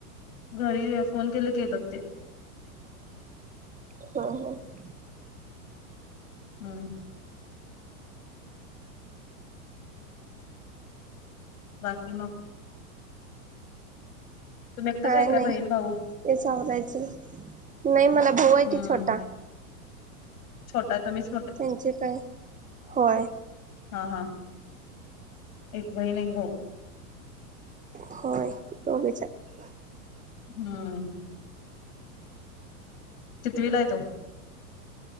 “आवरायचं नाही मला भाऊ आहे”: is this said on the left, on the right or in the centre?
Right